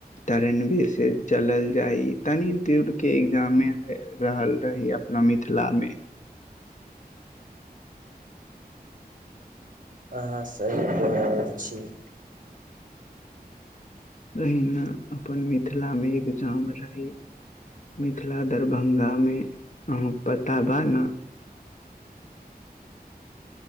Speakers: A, on the left; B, on the right.
A: ट्रेन भी से चलल जाइ तनी दूर के एग्जामे ह रहल रही अ न मिथिला मे- -
B: अहाँ सही क रहल छि।
A: रहहिना अपन मिथिला मे एक जाम रही। मिथिला दरभंगा में अहके पता बा न- -